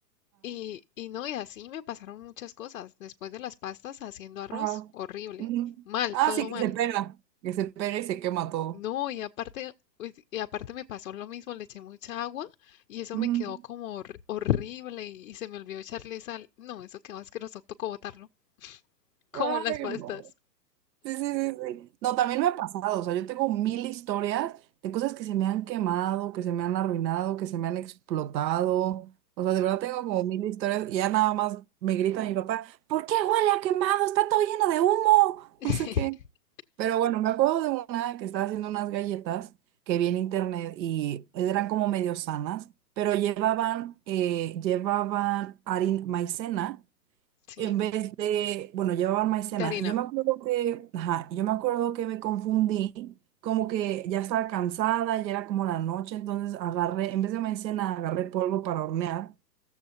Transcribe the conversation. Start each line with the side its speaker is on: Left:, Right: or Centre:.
Left: Y, y no, y así me pasaron muchas cosas. Después de las pastas haciendo arroz,
Right: Ajá.
Left: horrible.
Right: Ujú.
Left: Mal,
Right: Ah,
Left: todo
Right: sí, que
Left: mal.
Right: se pega. Que se pega y se quema todo.
Left: No, y aparte, uy, y aparte me pasó lo mismo, le eché mucha agua y eso
Right: Ujú.
Left: me quedó como hor- horrible y, y se me olvidó echarle sal. No, eso quedó asqueroso, tocó botarlo, <laughs> como
Right: Ay,
Left: las pastas.
Right: no. Sí, sí, sí, sí. No, también me ha pasado. O sea, yo tengo mil historias de cosas que se me han quemado, que se me han arruinado, que se me han explotado. O sea, de verdad tengo como mil historias y ya nada más me grita mi papá, ¿por qué huele a quemado? Está todo lleno de humo.
Left: <laughs>
Right: No sé qué. Pero bueno, me acuerdo de una que estaba haciendo unas galletas que vi en internet y eran como medio sanas, pero llevaban, eh, llevaban harina, maicena
Left: Sí,
Right: en vez de, bueno, llevaban maicena.
Left: de harina.
Right: Y yo me acuerdo que, ajá, yo me acuerdo que me confundí, como que ya estaba cansada, ya era como la noche, entonces agarré, en vez de maicena, agarré polvo para hornear.